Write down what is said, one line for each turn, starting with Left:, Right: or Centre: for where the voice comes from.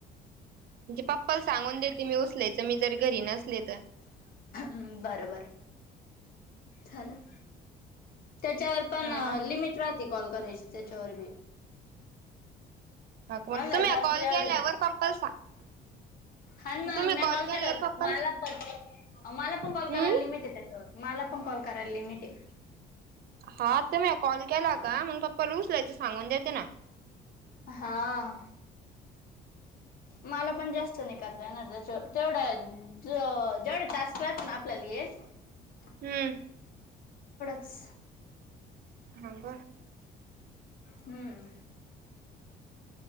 Right: म्हणजे पप्पाला सांगून देते मी उचलायच मी जर घरी नसले तर...
Left: ह् बरबर झालं... त्याच्यावर पण
Right: हा
Left: लिमिट राहती कॉल करायची त्याच्यावर बी...
Right: मग
Left: आल
Right: तुम्ही
Left: टास्कल्या
Right: कॉल केल्यावर
Left: ओढून...
Right: पप्पाला सांग
Left: हॅलो मॅमनी
Right: तुम्ही
Left: कॉल
Right: केल्यावर
Left: केला होता
Right: पप्पाला
Left: मालापण मालापण कॉल
Right: हम्म
Left: कराय लिमिट हाय त्याच्यावर.... मला पण कॉल कराय लिमिटे आहे.
Right: हा तुमी कॉल केला का मग पप्पाला उचलायचं सांगून देते ना..
Left: हा... मला पण जास्त नाही करत येणार त्या तेवढ ज जेवढ टास्क राहतेल ना आपल्याला हे. हम्म्म
Right: हम्म
Left: सह
Right: थांबा
Left: हम्म